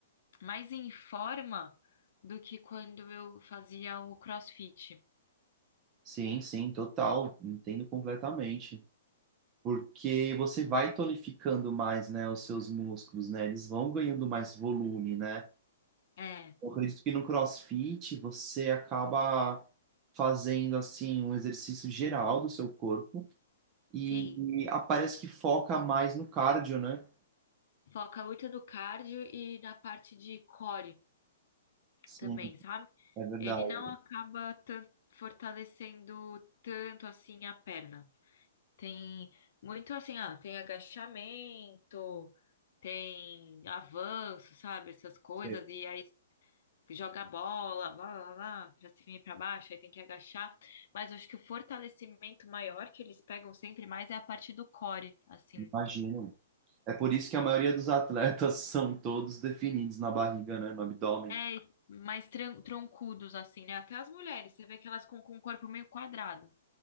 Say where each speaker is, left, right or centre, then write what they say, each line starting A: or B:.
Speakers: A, on the left (about 55°); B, on the right (about 20°).
A: mais em forma do que quando eu fazia o CrossFit.
B: Sim, sim, total, entendo completamente. Porque você vai tonificando mais, né, os seus músculos, né? Eles vão ganhando mais volume, né?
A: É,
B: Eu acredito que no CrossFit você acaba fazendo assim um exercício geral do seu corpo e,
A: sim.
B: e ah, parece que foca mais no cardio, né?
A: Foca muito no cardio e na parte de core
B: Sim,
A: também, sabe?
B: é verdade.
A: Ele não acaba tan- fortalecendo tanto assim a perna. Tem muito assim, ah, tem agachamento, tem avanço, sabe? Essas coisas,
B: É,
A: e aí joga a bola, lá, lá, lá, pra cima e pra baixo, aí tem que agachar. Mas eu acho que o fortalecimento maior que eles pegam sempre mais é a parte do core, assim.
B: Imagino. É por isso que a maioria dos atletas <laughs> são todos definidos na barriga, né? No abdômen.
A: É, mais tran- troncudos, assim, né? Até as mulheres, você vê que elas com, com o corpo meio quadrado.